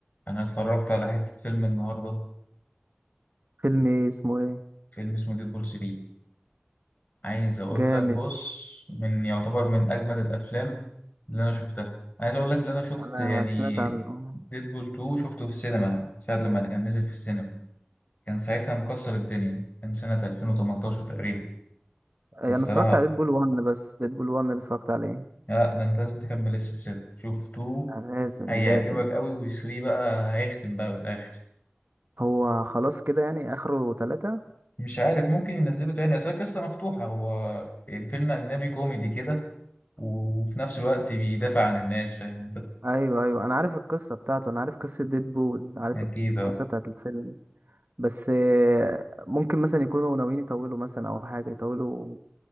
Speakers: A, on the left (about 40°); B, on the right (about 50°).
A: انا اتفرجت على حتة فيلم النهاردة
B: فيلم ايه اسمه ايه
A: فيلم اسمه ديدبول 3 عايز اقول
B: جامد
A: لك بص من يعتبر من اجمل الافلام اللي انا شفتها عايز اقول لك اللي انا شفت
B: انا
A: يعني
B: سمعت عن آه،
A: ديدبول 2 شفته في السينما ساعة لما كان نزل في السينما كان ساعتها مكسر الدنيا كان سنة 2018 تقريبا
B: انا
A: الصراحة
B: اتفرجت على ديدبول 1 بس ديدبول 1 اللي اتفرجت عليه
A: لا ده انت لازم تكمل السلسلة شوف 2
B: آه، لازم
A: هيعجبك
B: لازم
A: قوي و3 بقى هيختم بقى بالاخر
B: هو خلاص كده يعني اخره ثلاثة
A: مش عارف ممكن ينزله تاني اصل القصه مفتوحه هو يعني فيلم اجنبي كوميدي كده وفي نفس الوقت بيدافع عن الناس فاهم انت
B: ايوه ايوه انا عارف القصة بتاعته انا عارف قصة ديدبول عارف
A: اكيد اه
B: القصة بتاعت الفيلم بس آه، ممكن مثلا يكونوا ناويين يطولوا مثلا او حاجة يطولوا